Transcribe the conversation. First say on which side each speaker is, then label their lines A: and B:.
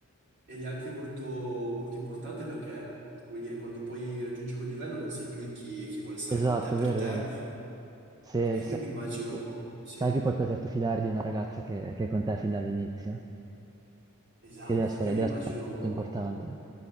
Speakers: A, on the right; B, on the right.
A: Ed è anche molto, molto importante perché... Come dire, quando poi raggiungi quel livello non sai più chi chi vuole stare
B: Esatto,
A: con te per
B: vero,
A: te,
B: vero. Se,
A: eh, io
B: se-
A: mi immagino,
B: se-
A: sì.
B: sai che puoi poterti fidare di una ragazza che, che è con te fin dall'inizio.
A: Esatto,
B: che deve essere,
A: esatto, io
B: deve
A: mi immagino
B: essere molto importante.